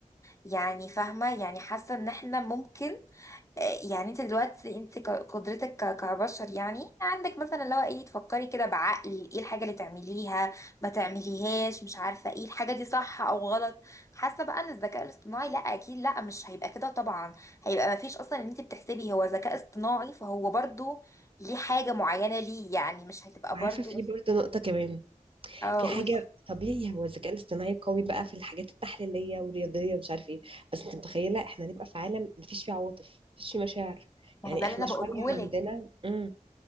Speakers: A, on the left; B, on the right.
A: يعني فاهمه يعني حاسه ان احنا ممكن يعني انت دلوقتي انت ك- قدرتك ك- كبشر يعني عندك مثلا اللي هو ايه تفكري كده بعقل ايه الحاجة اللي تعمليها ما تعمليهاش مش عارفة ايه الحاجة دي صح او غلط حاسة بقى ان الذكاء الاصطناعي لا اكيد لا مش هيبقى كده طبعا هيبقى ما فيش اصلا ان انت بتحسبي هو ذكاء اصطناعي فهو برضو ليه حاجة معينة ليه يعني مش هتبقى
B: وعارفه
A: برضو
B: في برضه نقطه كمان
A: اه
B: في
A: قولي
B: حاجه طبيعي هو الذكاء الاصطناعي قوي بقى في الحاجات التحليليه والرياضيه ومش عارف ايه بس انت متخيله احنا هنبقى في عالم مفيش فيه عواطف مفيش فيه مشاعر
A: ما
B: يعني
A: هو ده
B: احنا
A: اللي انا
B: شويه
A: بقوله
B: عندنا
A: لك
B: مم.